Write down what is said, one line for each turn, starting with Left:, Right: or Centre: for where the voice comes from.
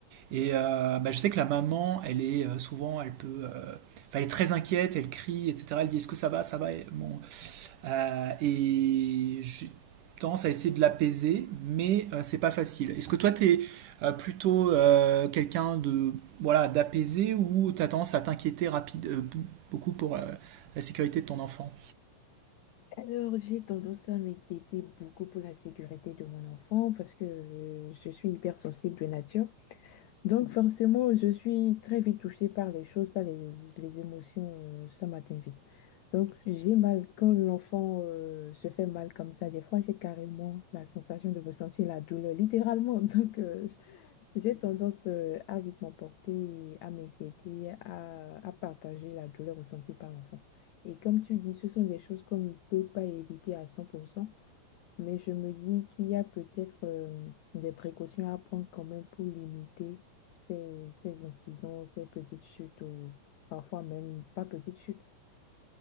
Right: Et euh, bah, je sais que la maman, elle est euh, souvent, elle peut, euh, enfin, elle est très inquiète, elle crie, etc. Elle dit est-ce que ça va, ça va. Et, bon, euh, et j'ai tendance à essayer de l'apaiser, mais euh, c'est pas facile. Est-ce que toi, t'es euh, plutôt euh, quelqu'un de voilà d'apaisé ou t'as tendance à t'inquiéter rapide euh, bou- beaucoup pour euh, la sécurité de ton enfant?
Left: Alors, j'ai tendance à m'inquiéter beaucoup pour la sécurité de mon enfant parce que euh, je suis hyper sensible de nature. Donc, Mhm. forcément, je suis très vite touchée par les choses, par les, les émotions. euh, ça m'atteint vite. Donc, j'ai mal quand l'enfant euh, se fait mal comme ça. Des fois, j'ai carrément la sensation de ressentir la douleur, littéralement. <laughs> Donc, euh, j'ai tendance euh, à vite m'emporter, à m'inquiéter, à, à partager la douleur ressentie par l'enfant. Et comme tu dis, ce sont des choses qu'on ne peut pas éviter à 100%. mais je me dis qu'il y a peut-être euh, des précautions à prendre quand même pour limiter ces, ces incidents, ces petites chutes ou parfois même pas petites chutes.